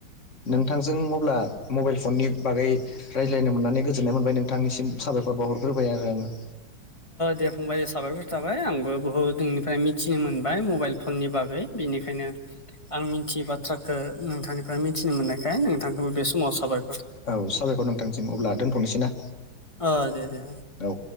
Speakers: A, on the left; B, on the left.
A: नोंथांजों अब्ला मबाइल फननि बागै रायज्लायनो मोननानै गोजोननाय मोनबाय नोंथांनिसिम साबायखर बावहरग्रोबाय आरो आङो।
B: दे फंबाय दे साबायफोर थाबाय आंबो बुहुद नोंनिफ्राय मिथिनो मोनबाय मबाइल फननि बागै। बिनिखायनो आं मिथियै बाथ्राखौ नोंथांनिफ्राय मिथिनो मोननायखाय नोंथांखौबो बे समाव साबाय
A: औ साबायखर नोंथांसिम अब्ला दोनथ'नोसै ना।
B: अ दे दे।
A: औ।